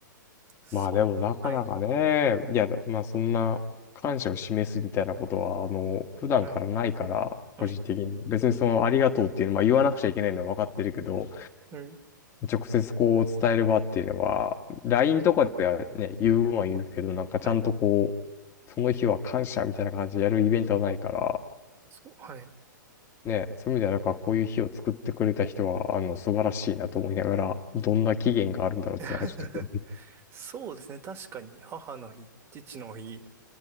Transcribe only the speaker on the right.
そう。
はい。
はい。
はい。
うん。
はい。
そう。はい。
<laughs> そうですね。確かに、母の日、父の日。